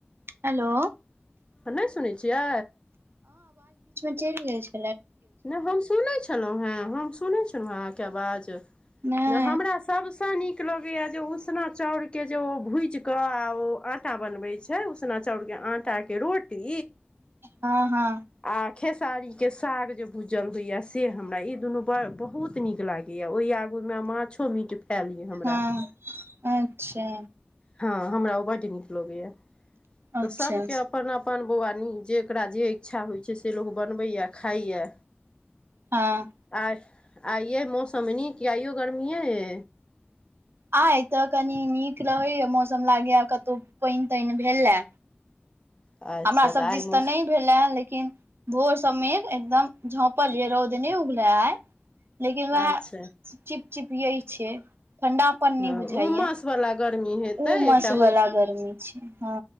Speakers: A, on the right; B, on the left.
A: हेलो
B: हँ नहि सुनै छियै
A: चली गेल छै
B: नहि हम सुनै छलौ हेँ हम सुनै छलौ हँ अहाँके आवाज न
A: नहि
B: हमरा सब निक लगैया जे उसना चाउर के जे ओ भूज क आ ओ आटा बनवबै छै उसना चाउर के आटा के रोटी
A: हँ हँ
B: आ खेसारीके साग जे भूजल होइया से हमरा ई दुनू ब बहुत ब नीक लागैया ओहि आगूमे माछो मीट फेल या हमरा
A: हँ अच्छा
B: हँ हमरा ऊ बड निक लागैया
A: अच्छा
B: त सबके अपन अपन बौआनी जेकरा जे इच्छा होइ छै से लोक बनबैए खाइए
A: हँ
B: आ आइयो मौसम निकए आइयो गर्मीये ए
A: आइ तऽ कनी नीक रहैए मौसम लागैए कतौ पाइन ताइन भेलए
B: अच्छा
A: हमरा सभ
B: आइ
A: दिस
B: मौस
A: तऽ नहि भेलै लेकिन भोर समीर एकदम झोपल रौदनी उग रह है लेकिन वएह
B: अच्छा
A: चिपिय छ ठण्डापन
B: हँ
A: नहि बुझाइय
B: उमस वाला गर्मी हेतै
A: उमस
B: एकटा होइ
A: वला
B: छै
A: गर्मी छै हँ